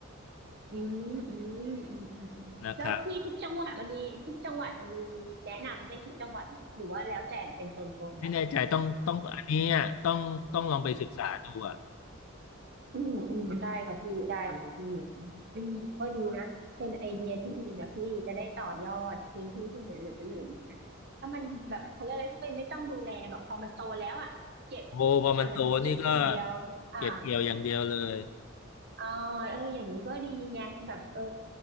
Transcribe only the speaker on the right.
อืมอืมอืมอืมอืมแล้วพี่ทุกจังหวัดมันมีทุกจังหวัดมันมีแนะนำได้ทุกจังหวัดหรือว่าแล้วแต่เป็นโซนๆไป
อืมอืมได้ค่ะพี่ได้ค่ะพี่อืมอืมก็ดีนะเป็นไอเดียที่ดีนะพี่จะได้ต่อยอดพื้นที่ที่เหลือเหลืออยู่นะถ้ามันแบบเขาเรียกอะไรถ้ามันไม่ต้องดูแลแบบพอมันโตแล้วอ่ะเก็บ
อย่างมันเก็บกินอย่างเดียวอ่า
อ่าเอออย่างนี้ก็ดีไงแบบเออ